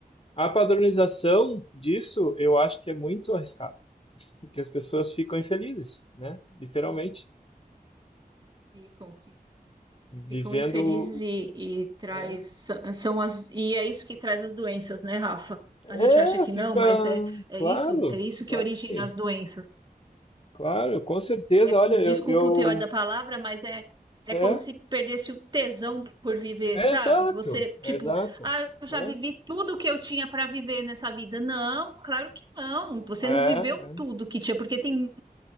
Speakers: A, on the left; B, on the right.
A: a padronização disso, eu acho que é muito arriscado, porque as pessoas ficam infelizes, né? Literalmente,
B: É, ficam, ficam. Ficam
A: vivendo,
B: infelizes e, e traz
A: é,
B: são são as e é isso que traz as doenças, né, Rafa?
A: é,
B: A gente acha que
A: fica,
B: não, mas é, é
A: claro,
B: isso, é isso que
A: claro
B: origina
A: que sim.
B: as doenças.
A: Claro, com certeza.
B: É,
A: Olha,
B: desculpa
A: eu, eu
B: o teor da palavra, mas é é
A: é,
B: como se perdesse o tesão por viver,
A: Exato,
B: sabe? Você,
A: exato.
B: tipo, ah, eu já
A: É,
B: vivi tudo que eu tinha para viver nessa vida. Não, claro que não. Você
A: é,
B: não viveu
A: é.
B: tudo que tinha, porque tem